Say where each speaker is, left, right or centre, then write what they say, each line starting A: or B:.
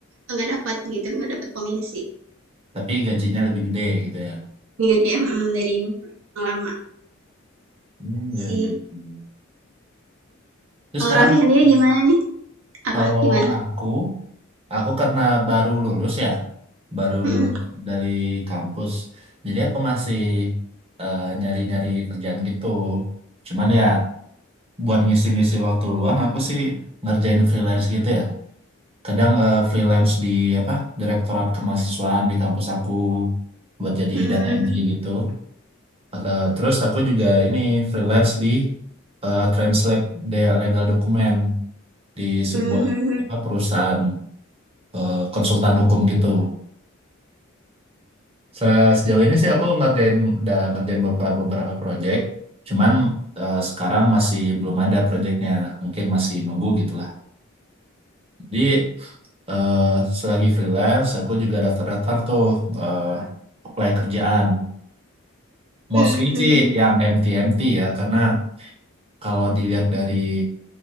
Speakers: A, on the right; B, on the right.
A: nggak dapat gitu, nggak dapat komisi.
B: tapi gajinya lebih gede gitu ya.
A: Jadi mhm, dari yang lama
B: Hmm,
A: sih.
B: ya, ya, ya. Terus
A: Kalau
B: sekarang
A: Raffi sendiri
B: sih,
A: gimana nih? Apa?
B: kalau
A: Gimana?
B: aku, aku karena baru lulus ya, baru
A: Mhm.
B: lulus dari kampus, jadi aku masih eh, nyari-nyari kerjaan gitu. Cuman ya buat ngisi-ngisi waktu luang, aku sih ngerjain freelance gitu ya. Kadang eh, freelance di apa Direktorat Kemahasiswaan di kampus aku buat jadi
A: Mhm.
B: data entry gitu. Atau- terus aku juga ini freelance di eh, translate de- legal dokumen di sebuah
A: Mhm.
B: apa perusahaan eh, konsultan hukum gitu. Se- Sejauh ini sih aku ngerjain udah ngerjain beberapa beberapa project, cuman eh, sekarang masih belum ada projectnya, mungkin masih nunggu gitulah. Jadi eh, selagi freelance aku juga daftar-daftar tuh eh, apply kerjaan. Mostly
A: Mhm.
B: sih yang MT-MT ya, karena kalau dilihat dari